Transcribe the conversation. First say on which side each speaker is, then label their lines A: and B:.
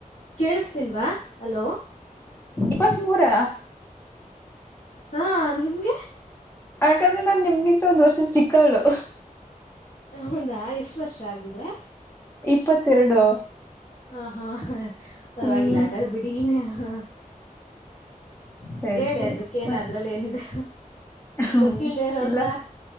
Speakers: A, on the left; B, on the left.
A: ಕೇಳಿಸ್ತಿಲ್ವಾ ಅಲೋ
B: ಇಪ್ಪತ್ತ್ಮೂರ
A: ಹಾ ನಿಮ್ಗೆ
B: ಹಾಗಾದ್ರೆ ನಾನ್ ನಿಮ್ಗಿಂತ ಒಂದ್ ವರ್ಷದ ಚಿಕ್ಕವಳು
A: ಹೌದಾ ಎಷ್ಟು ವರ್ಷ ಆಗಿದ್ರೆ
B: ಇಪ್ಪತ್ತೆರಡು
A: ಹಾ ಹಾ ಹ ಪರವಾಗಿಲ್ಲ
B: ಹ್ಮ್
A: ಆಾದ ಬಿಡನ ಹ
B: ಸರಿ
A: ಹೇಳಿ
B: ಸರಿ
A: ಅದಕ್ಕೇನ
B: ಮತ್
A: ಅದ್ರಲ್ಲಿ ಏನಿದೆ
B: ಹ್ಮ್
A: ಗೊತ್ತಿಲ್ದರ ಅವ್ರನ
B: ಇಲ್ಲ